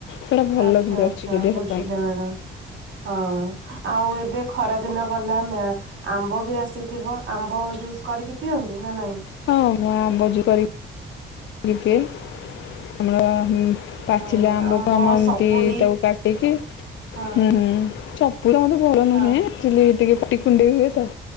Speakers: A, on the left; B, on the right.
A: ସେଟା ଭଲ
B: ଆଚ୍ଛା
A: କିନ୍ତୁ
B: ଆଚ୍ଛା
A: ଆକ୍ଚୁଆଲି ଦେହ
B: ବୁଝିଲି
A: ପାଇଁ
B: ମ୍ୟାଡାମ ହଁ। ଆଉ ଏବେ ଖରା ଦିନ ଗଲା ମ୍ୟା ଆମ୍ବ ବି ଆସିଥିବ ଆମ୍ବ ଜୁସ୍ କରିକି ପିଅନ୍ତି ନା ନାଇଁ?
A: ହଁ ମୁଁ ଆମ୍ବ ଜୁ କରି <unintelligible> ବି ପିଏ ଆମର ପାଚିଲା
B: ହଁ
A: ଆମ୍ବକୁ
B: ଆମ୍ବ
A: ଆମ ଏମିତି
B: ସପୁରୀ
A: ତାକୁ କାଟିକି
B: ହଁ
A: ହୁଁ ହୁଁ <unintelligible> ପୁରା ମତେ ଭଲ ନୁହେଁ
B: ହଁ
A: ଅକ୍ଚୁଲି ଟିକେ ପାଟି କୁଣ୍ଡେଇ ହୁଏ ତ